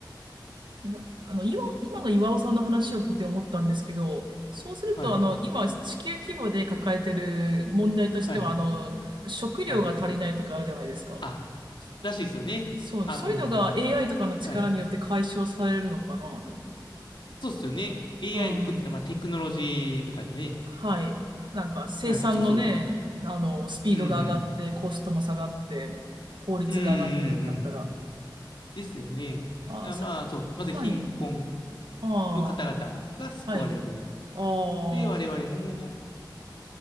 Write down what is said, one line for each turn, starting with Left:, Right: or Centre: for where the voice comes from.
Right: なあの、今、今の岩尾さんの話を聞いて思ったんですけど、そうすると、
Left: はい、
Right: あの、今、地球規模で抱えてる問題としては、
Left: はい、
Right: あの、食料が足りないとかあるじゃないですか。
Left: はい。あ、らしいですよね。
Right: そう、
Left: あのーはい。
Right: そういうのが AI とかの力によって解消されるのかなと。
Left: そうですよね。AI
Right: ああ
Left: 含めた、まあ、テクノロジーとかでね。
Right: はい。なんか生産のね、
Left: はい、そうそうそう。
Right: あの、スピードが上がって、
Left: うんうん。
Right: コストも下がって、効率が上がってってなったら、
Left: うんうんうん。ですよね。だからまあ、
Right: あー、そ、
Left: そう、まず貧困
Right: はい。ああ、
Left: の方々が救われる。
Right: はい。ああ、
Left: で、我々も、